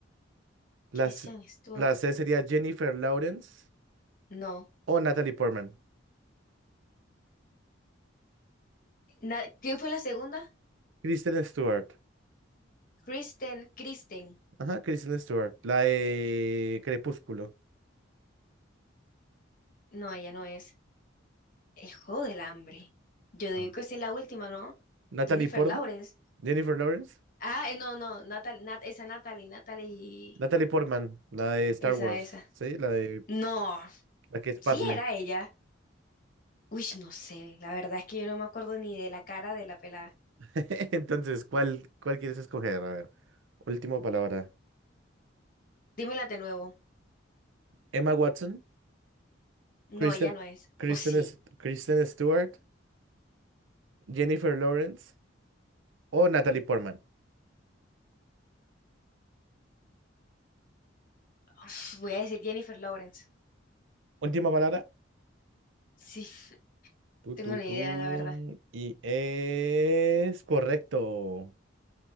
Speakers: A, on the right; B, on the left.
A: la,
B: Christian
A: s-
B: Stewart.
A: la C sería Jennifer Lawrence
B: No.
A: o Natalie Portman.
B: Na- ¿Quién fue la segunda?
A: Kristen Stewart,
B: Kristen. Kristen.
A: ajá, Kristen Stewart, la de Crepúsculo.
B: No, ella no es. El Juego del Hambre. Yo digo
A: Ah.
B: que sí es la última, ¿no?
A: Natalie
B: Jennifer
A: Portman,
B: Lawrence.
A: Jennifer Lawrence
B: Ah, eh, no, no. Natal, Nat, esa Natalie. Natalie.
A: Natalie Portman, la de Star
B: Esa,
A: Wars,
B: esa.
A: ¿sí? La de
B: No.
A: la que es Padme.
B: Sí era ella. Uy, no sé, la verdad es que yo no me acuerdo ni de la cara de la pelada.
A: <laughs> Entonces, ¿cuál, cuál quieres escoger? A ver, última palabra.
B: Dímela de nuevo.
A: Emma Watson, Kristen,
B: No, ella no es.
A: Kristen,
B: O sí.
A: Es- Kristen Stewart, Jennifer Lawrence o Natalie Portman.
B: Uf, voy a decir Jennifer Lawrence.
A: Última palabra.
B: Sí, <laughs>
A: Tú,
B: tengo
A: tú,
B: ni
A: tú.
B: idea, la verdad.
A: Y es correcto.